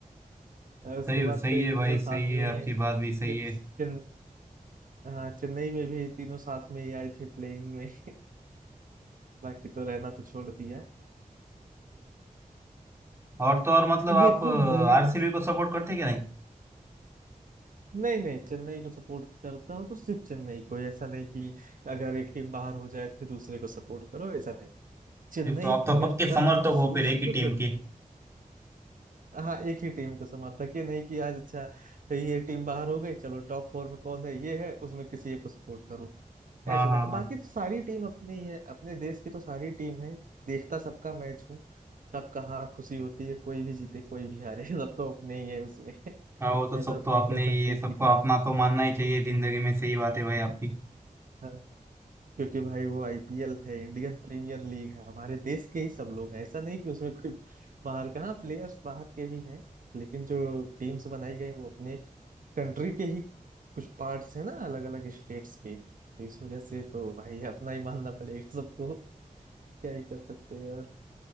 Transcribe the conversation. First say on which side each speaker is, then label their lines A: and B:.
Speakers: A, on the right; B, on the right.
A: और उसके
B: सही
A: बाद
B: सही
A: तो ये
B: है भाई
A: तीनों साथ
B: सही है
A: में
B: आपकी बात भी सही
A: फिर
B: है
A: चेन, हाँ चेन्नई में भी ये तीनों साथ में ही आए थे प्लेइंग में <laughs> बाकी तो रहना तो छोड़ दिया
B: और तो और मतलब
A: अब
B: आप
A: देखो अब धोनी
B: आरसीबी
A: का
B: को सपोर्ट करते हैं क्या नहीं
A: नहीं नहीं चेन्नई को सपोर्ट करता हूँ तो सिर्फ चेन्नई को ऐसा नहीं कि अगर एक टीम बाहर हो जाए तो फिर दूसरे को सपोर्ट करो ऐसा नहीं चेन्नई
B: फिर तो आप तो
A: अगर
B: पक्के
A: कर
B: समर्थक
A: रहा हूँ शुरू
B: हो फिर एक
A: से
B: ही
A: तो
B: टीम
A: फिर
B: के
A: हाँ एक ही टीम को समर्थक ये नहीं कि आज अच्छा ये टीम बाहर हो गई चलो टॉप फोर में कौन है ये है उसमें किसी एक को सपोर्ट करो
B: हाँ
A: ऐसा
B: हाँ
A: नहीं
B: हाँ
A: बाकी तो सारी टीम अपनी ही है अपने देश की तो सारी टीम है देखता सबका मैच हूँ सबका हाँ खुशी होती है कोई भी जीते कोई भी हारे <laughs> सब तो अपने ही है उसमें <laughs> ऐसा
B: हाँ वो तो सब
A: तो
B: तो आपने
A: नहीं कह सकते
B: ये सबको
A: कि हाँ
B: अपना तो मानना ही चाहिए जिंदगी में सही बात है भाई आपकी
A: हाँ, क्योंकि भाई वो आईपीएल है इंडियन प्रीमियर लीग है हमारे देश के ही सब लोग हैं ऐसा नहीं कि उसमें कोई बाहर का हाँ प्लेयर्स बाहर के भी हैं लेकिन जो टीम्स बनाई गई वो अपने कंट्री के ही कुछ पार्ट्स हैं ना अलग अलग स्टेट्स के तो इस वजह से तो भाई अपना ही मानना पड़ेगा सबको क्या ही कर सकते हैं यार